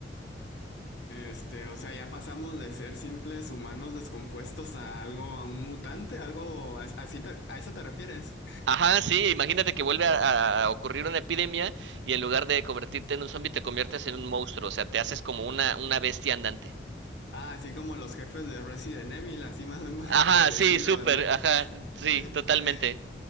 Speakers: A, on the left; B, on the right.
A: Este, o sea, ya pasamos de ser simples humanos descompuestos a algo, a un mutante, algo, a- así te- a eso te refieres.
B: Ajá, sí, imagínate que vuelve a, a ocurrir una epidemia y en lugar de convertirte en un zombie te conviertes en un monstruo, o sea, te haces como una, una bestia andante.
A: Ah, así como los jefes de Resident Evil, así más <laughs>
B: Ajá,
A: por el estilo,
B: sí, súper,
A: ¿verdad?
B: ajá, sí,
A: <laughs>
B: totalmente.